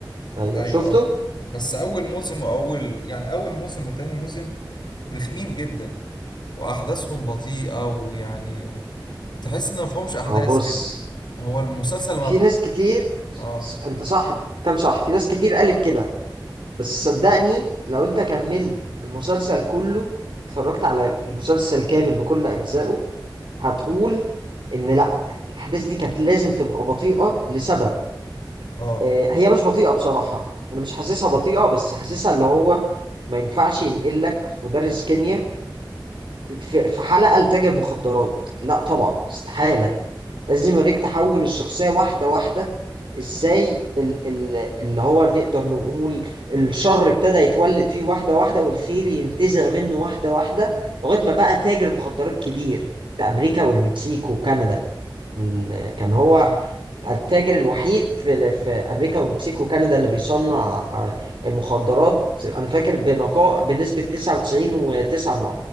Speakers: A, on the right (about 75°); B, on the left (about 65°).
A: ايوه
B: ايوه
A: شفته
B: اه بس اول موسم واول يعني اول موسم وتاني موسم رخمين جدا واحداثهم بطيئه ويعني تحس ان مفهومش احداث
A: اهو بص
B: كده هو المسلسل ما
A: في
B: بت...
A: ناس كتير
B: اه
A: انت صح كم صح في ناس كتير قالت كده بس صدقني لو انت كملت المسلسل كله اتفرجت على المسلسل كامل بكل اجزائه هتقول ان لا الاحداث دي كانت لازم تبقى بطيئة لسبب
B: اه
A: آه، هي مش بطيئة بصراحة انا مش حاسسها بطيئة بس حاسسها اللي هو ما ينفعش ينقل لك مدرس كيمياء في في حلقة لتاجر مخدرات لا طبعا استحالة لازم يوريك تحول الشخصية واحدة واحدة ازاي ال ال اللي هو نقدر نقول الشر ابتدى يتولد فيه واحدة واحدة والخير ينتزع منه واحدة واحدة لغاية ما بقى تاجر مخدرات كبير في أمريكا والمكسيك وكندا م- كان هو
B: ايوه
A: التاجر الوحيد في, في أمريكا والمكسيك وكندا اللي بيصنع آه، المخدرات أنا فاكر بنقاء بنسبة 99.9